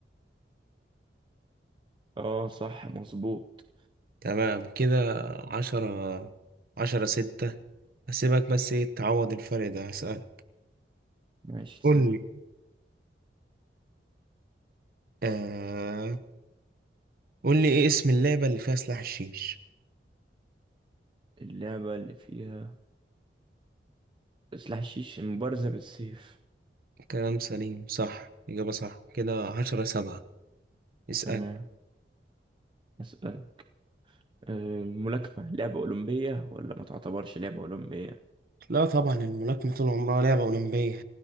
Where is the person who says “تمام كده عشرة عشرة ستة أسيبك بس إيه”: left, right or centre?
Right